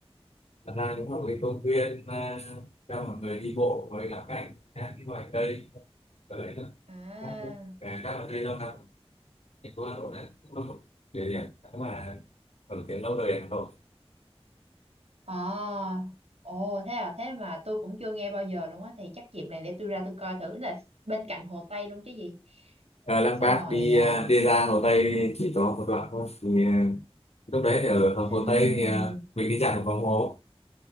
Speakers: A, on the left; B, on the right.
A: thật ra cũng là một cái công viên à, cho mọi người đi bộ với cả cảnh các cái loài cây ở đấy nữa
B: à
A: các à, các loại cây lâu năm thành phố Hà Nội đấy cũng là một địa điểm mà nổi tiếng lâu đời ở Hà Nội
B: À, ồ thế à, thế mà tôi cũng chưa nghe bao giờ luôn á thì chắc dịp này để tôi ra tôi coi thử là bên cạnh Hồ Tây luôn chứ gì.
A: à, Lăng
B: Xong
A: Bác
B: rồi
A: đi
B: à,
A: à, đi ra Hồ Tây chỉ có một đoạn thôi thì à, lúc đấy thì ở Hồ
B: ừm,
A: Tây thì à, mình đi dạo vòng phố